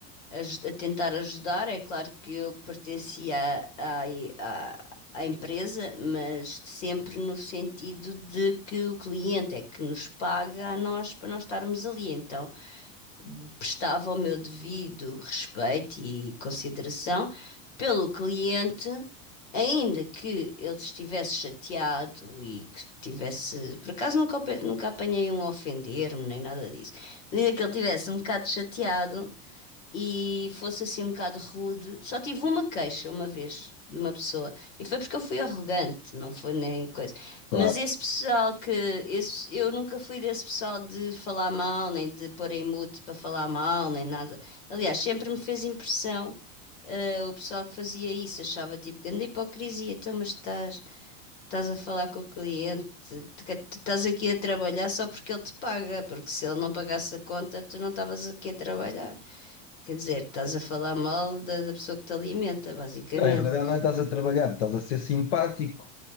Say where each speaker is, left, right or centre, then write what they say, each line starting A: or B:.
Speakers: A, on the left; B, on the left.
A: eh, aju- a tentar ajudar. É claro que eu pertencia à, à, à empresa, mas sempre no sentido de que o cliente é que nos paga a nós para nós estarmos ali. Então, prestava o meu devido respeito e consideração pelo cliente, ainda que ele estivesse chateado e que tivesse, por acaso nunca, ope- nunca apanhei um a ofender-me nem nada disso, mas ainda que ele estivesse um bocado chateado, e fosse assim um bocado rude. Só tive uma queixa uma vez de uma pessoa e foi porque eu fui arrogante, não foi nem coisa.
B: claro.
A: Mas esse pessoal que esse, eu nunca fui desse pessoal de falar mal, nem de pôr em mute para falar mal, nem nada. Aliás, sempre me fez impressão. eh, o pessoal que fazia isso achava tipo grande hipocrisia, então, mas estás, estás a falar com o cliente, tu tu estás aqui a trabalhar só porque ele te paga, porque se ele não pagasse a conta, tu não estavas aqui a trabalhar. Quer dizer, estás a falar mal da, da pessoa que te alimenta, basicamente.
B: Não, em realidade não é estás a trabalhar, estás a ser simpático